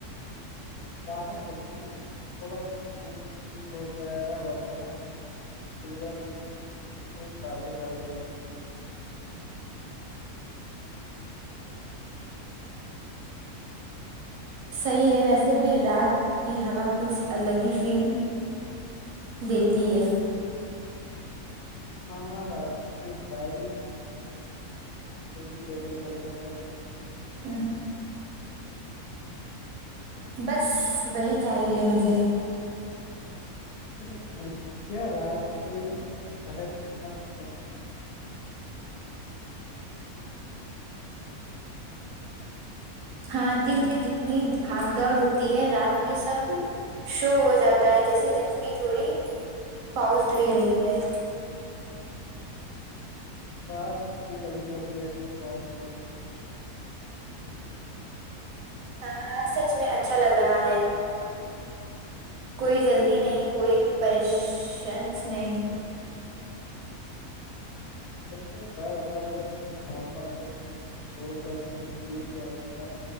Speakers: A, on the left (about 85°); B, on the right (about 70°).
A: باہر چلتے ہیں تھوڑا گھوم بھی ہو جائے گا ورنہ پورا دن یہی باتیں کرتے نکل جائے
B: صحیح ہے ویسے بھی رات کی ہوا کچھ الگ ہی فیل دیتی ہے
A: ہاں راستے میں چائے <unintelligible> بھی میری فیوریٹ ادرک
B: ہ بس وہی چاہیے مجھے
A: کبھی نوٹس کیا رات میں شہر کتنا خوب
B: ہاں دن میں جتنی بھاگ دوڑ ہوتی ہے رات میں سب شو ہو جاتا ہے جیسے زندگی تھوڑی پؤز لے رہی ہے
A: شاید ہم بھی کبھی کبھی ایسے پوز لے پاتے ہیں۔
B: ہاں آج سچ میں اچھا لگ رہا ہے کوئی جلدی نہیں کوئی پریشنس نہیں
A: ویسے ایک بات بتاؤں اگر تجے موقع ملے تو چڑ کریں دور جانے کا